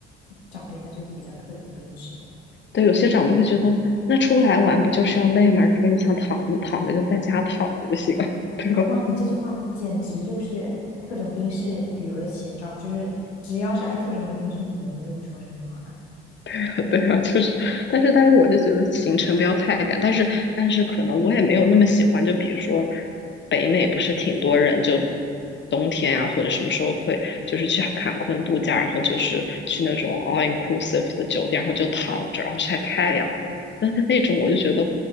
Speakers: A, on the left; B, on the left.
A: 长辈他就是比较特种兵式的。
B: 对，有些长辈会觉得，那出来玩不就是要累吗？如果你想躺，你躺着就在家躺着就行了，<laughs> 对吧？
A: 啊，哇，你这句话简直就是特种兵式旅游的写照，就是只要是爱特种兵式旅游的，就会说这句话。
B: <laughs> 对啊，就是，但是但是我就觉得行程不要太赶，但是但是可能我也没有那么喜欢，就比如说北美不是挺多人就冬天啊或者什么时候会就是去坎昆度假，然后就是去那种 all inclusive 的酒店，然后就躺着，然后晒太阳嘛。<laughs> 但是那种我就觉得